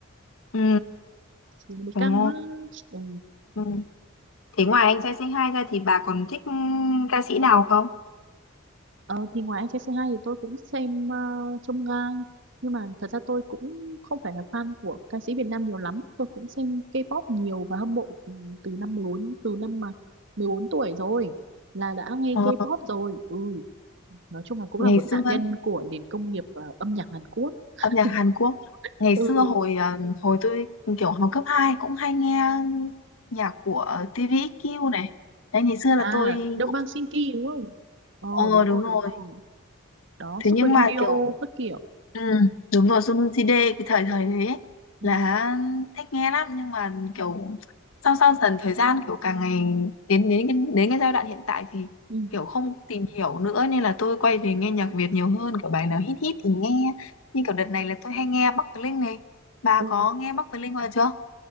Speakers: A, on the left; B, on the right.
A: ừ,
B: thì nó mới
A: đúng
B: căng
A: không?
B: á ừ.
A: Ừ. Thế ngoài anh trai Say hai ra thì bà còn thích ừ, ca sĩ nào không?
B: Ờ, thì ngoài anh trai Say hai thì tôi cũng xem uh, Chông Gai nhưng mà thật ra tôi cũng không phải là fan của ca sĩ Việt Nam nhiều lắm tôi cũng xem K-pop nhiều và hâm mộ từ từ năm 14 từ năm mà 14 tuổi rồi là đã nghe
A: Ờ,
B: K-pop rồi ừ nói chung là cũng
A: ngày
B: là một
A: xưa
B: nạn nhân của nền công nghiệp ờ, âm nhạc Hàn Quốc
A: âm nhạc
B: <laughs>
A: Hàn Quốc ngày
B: ừ
A: xưa hồi ờ, hồi tôi kiểu học cấp 2 cũng hay nghe nhạc của TVXQ này đấy ngày xưa là
B: à
A: tôi
B: Đông
A: cũng
B: Bang Sinki đúng không Ồ
A: ờ
B: đúng
A: đúng
B: rồi
A: rồi
B: đúng rồi đó
A: thế
B: Super
A: nhưng
B: Junior
A: mà kiểu
B: các kiểu
A: ừ, đúng rồi Sun CD cái thời thời đấy ấy,
B: ừ.
A: là thích nghe lắm nhưng mà kiểu sau sau dần thời gian kiểu càng ngày đến đến cái, đến cái giai đoạn hiện tại thì
B: Ừ.
A: kiểu không tìm hiểu nữa nên là tôi quay về nghe nhạc Việt nhiều hơn kiểu bài nào hit hit thì nghe như kiểu đợt này là tôi hay nghe Bắc Bling này bà
B: Ừ.
A: có nghe Bắc Bling bao giờ chưa